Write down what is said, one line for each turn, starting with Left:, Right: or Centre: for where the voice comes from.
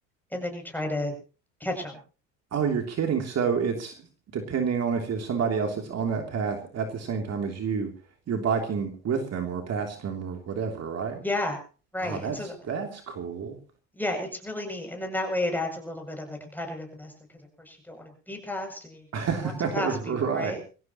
Centre: and then you try to catch them.
Right: oh, you're kidding. So it's depending on if you have somebody else that's on that path at the same time as you, you're biking with them or past them or whatever, right?
Centre: Yeah, right.
Right: Ah,
Centre: And
Right: that's
Centre: so the,
Right: that's cool.
Centre: yeah, it's really neat. And then that way it adds a little bit of a competitiveness because of course you don't want to be passed and you
Right: <laughs>
Centre: want to pass
Right: Right.
Centre: people, right?